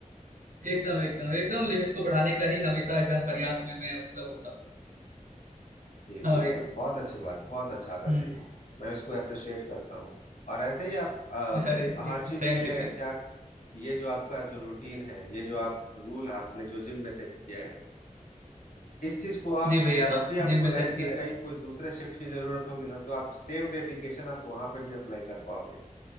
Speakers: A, on the right; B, on the left.
A: एकदम एकदम एकदम लिमिट को बढ़ाने का ही हमेशा एकदम प्रयास में मैं मतलब होता
B: जी बिल्कुल
A: हूँ हाँ भैया
B: बहुत अच्छी बात है बहुत अच्छा आदत
A: हम्म
B: है ये मैं इसको अप्रिशिएट करता हूँ और ऐसे ही आप
A: अरे
B: अ, हर
A: एक
B: चीज
A: थैंक
B: में
A: यू भैया
B: क्या ये जो आपका जो रूटीन है ये जो आप रूल आपने जो जिम में सेट किया है इस चीज को आप
A: जी भैया
B: जब
A: हाँ
B: भी आपको
A: जिम में
B: लाइफ
A: सेट किया
B: में कहीं
A: है
B: कोई दूसरे शिफ्ट की जरूरत होगी ना तो आप सेम डेडिकेशन आप वहां पे भी अप्लाई कर पाओगे